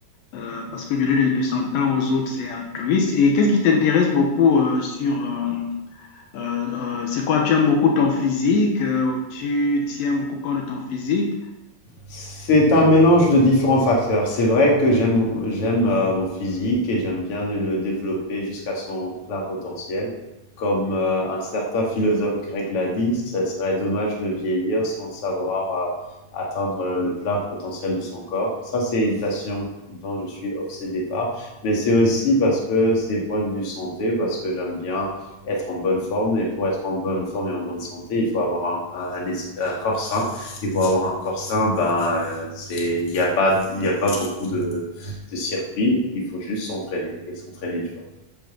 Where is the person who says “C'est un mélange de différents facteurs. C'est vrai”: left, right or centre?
Left